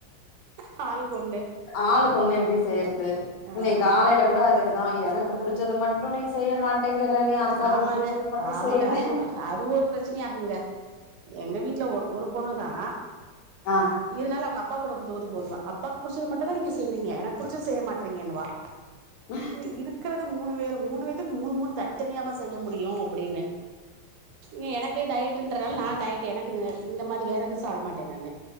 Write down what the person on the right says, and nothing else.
அ ஆளுக் ஒன்னு
ஆ
ஆமாங்க
ஆமாங்க
அது அது ஒரு பிரச் சனயாகுங்க எங்க வீட்டுல ஒரு ஒரு பொண்ணுதா
இருந்தாலு அவங்க அப்பா கூட புத் தூது போடுவா அப்பாக் புடிச்சது மட்டு்தா நீங்க செய்றீங்க எனக் புடிச்சது செய்ய மாற்றீங்கன்னுவா
இங்க இருக்குறது மூணு பேரு மூணு பேத்துக்கு மூணு மூணு தனி தனியாவா செய்ய முடியு அப்டினு இங்க எனக்கு டயட்டுன்றதால நா டயட் எனக்கு இந்த இந்தஸமாரி வேற எதுவும் சாப்ட மாட்ட நானு